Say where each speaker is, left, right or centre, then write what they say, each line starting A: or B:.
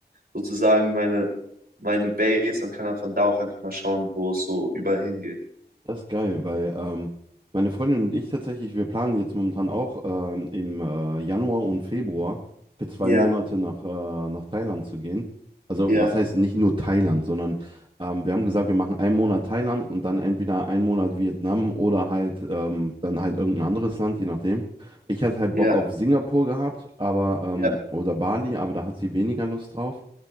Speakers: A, on the right; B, on the right.
A: sozusagen meine, meine Base und kann dann von da auch einfach mal schauen, wo es so überall hingeht.
B: Das ist geil, weil ähm, meine Freundin und ich tatsächlich, wir planen jetzt momentan auch ähm, im äh, Januar und Februar für zwei
A: Ja,
B: Monate nach, äh, nach Thailand zu gehen. Also
A: ja,
B: was heißt nicht nur Thailand, sondern ähm, wir haben gesagt, wir machen einen Monat Thailand und dann entweder einen Monat Vietnam oder halt ähm, dann halt irgendein anderes Land, je nachdem. Ich hatte halt
A: ja,
B: Bock auf Singapur gehabt, aber ähm,
A: ja,
B: oder Bali, aber da hat sie weniger Lust drauf